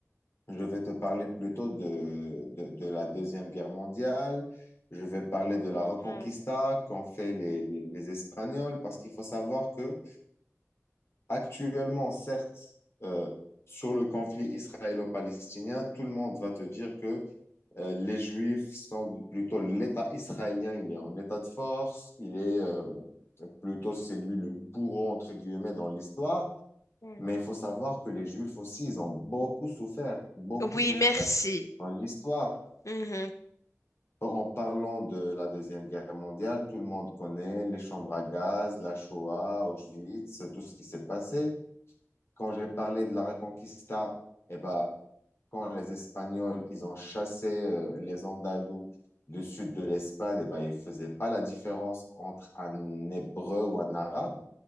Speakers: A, on the left; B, on the left.
A: je vais te parler plutôt de, de, de la Deuxième Guerre mondiale. Je vais parler de
B: Mhm,
A: la Reconquista qu'ont fait les, les- les Espagnols, parce qu'il faut savoir que actuellement, certes, euh, sur le conflit israélo-palestinien, tout le monde va te dire que euh, les Juifs sont plutôt l'État israélien, il est en état de force, il est euh, plutôt c'est lui le bourreau, entre guillemets, dans l'histoire.
B: mhm.
A: Mais il faut savoir que les Juifs aussi, ils ont beaucoup souffert, beaucoup
B: Oui,
A: souffert
B: merci.
A: dans l'histoire.
B: Mhm,
A: En parlant de la Deuxième Guerre mondiale, tout le monde connaît les chambres à gaz, la Shoah, Auschwitz, tout ce qui s'est passé. Quand j'ai parlé de la Reconquista, eh ben, quand les Espagnols ils ont chassé euh, les Andalous du sud de l'Espagne, eh ben, ils ne faisaient pas la différence entre un Hébreu ou un Arabe